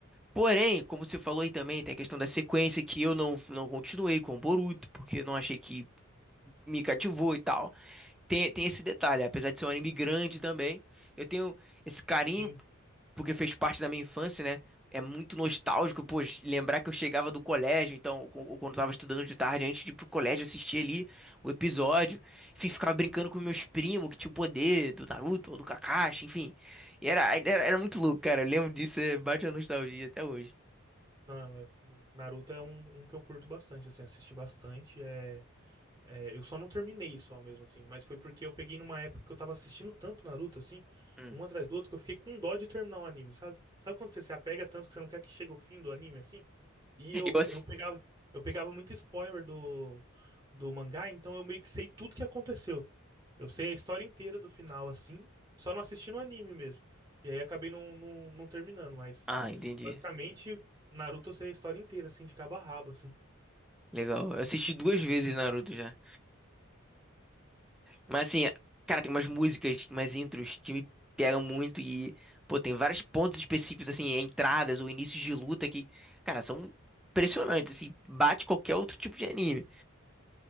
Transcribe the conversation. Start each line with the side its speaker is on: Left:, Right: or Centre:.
Centre: Porém, como você falou aí também, tem a questão da sequência que eu não, não continuei com o Boruto, porque eu não achei que me cativou e tal. Tem, tem esse detalhe, apesar de ser um anime grande também, eu tenho esse carinho,
Right: Sim.
Centre: porque fez parte da minha infância, né? É muito nostálgico, pô, lembrar que eu chegava do colégio, então, co- ou quando eu tava estudando de tarde, antes de ir pro colégio, assistir ali o episódio. Enfim, ficava brincando com meus primos, que tinham poder do Naruto ou do Kakashi, enfim. E era, era, era muito louco, cara. Eu lembro disso, é, bate a nostalgia até hoje.
Right: Não, é- o Naruto é um, um que eu curto bastante, assim, assisti bastante. É, é, eu só não terminei só mesmo, assim, mas foi porque eu peguei numa época que eu tava assistindo tanto Naruto, assim,
Centre: Hum.
Right: um atrás do outro, que eu fiquei com dó de terminar o anime, sabe? Sabe quando você se apega tanto que você não quer que chegue o fim do anime, assim? E eu,
Centre: Eu assisti.
Right: eu pegava, eu pegava muito spoiler do, do mangá, então eu meio que sei tudo que aconteceu. Eu sei a história inteira do final, assim, só não assisti no anime mesmo. E aí acabei não, não, não terminando, mas
Centre: Ah, entendi.
Right: basicamente, Naruto eu sei a história inteira, assim, de cabo a rabo, assim.
Centre: Legal. Eu assisti duas vezes Naruto já. Mas assim, cara, tem umas músicas, umas intros que me pegam muito e, pô, tem vários pontos específicos, assim, entradas ou inícios de luta que, cara, são impressionantes, assim, bate qualquer outro tipo de anime.